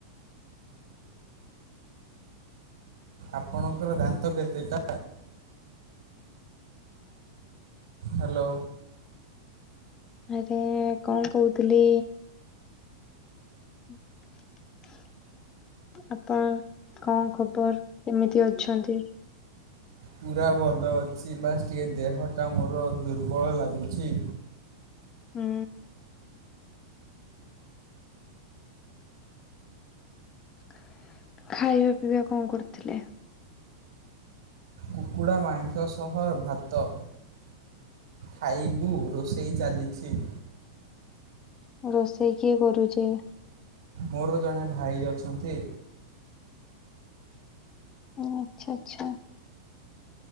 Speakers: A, on the right; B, on the left.
A: ଆପଣଙ୍କର ଦାନ୍ତ କେତେଟା? ହାଲୋ?
B: ଆରେ କଣ କହୁଥିଲି? <inaudible> ଆପଣ କଣ ଖବର କେମିତି ଅଛନ୍ତି?
A: ପୁରା ଭଲଅଛି ବାସ୍ ଟିକେ ଦେହଟା ମୋର ଦୁର୍ବଳ ଲାଗୁଛି।
B: ହୁଁ। ଖାଇବା ପିଇବା କଣ କରିଥିଲେ?
A: କୁକୁଡ଼ା ମାଂସସହ ଭାତ ଖାଇବୁ ରୋଷେଇ ଚାଲିଛି।
B: ରୋଷେଇ କିଏ କରୁଛି।
A: ମୋର ଜଣେ ଭାଇ ଅଛନ୍ତି।
B: ହଁ ଆଛା ଆଛା।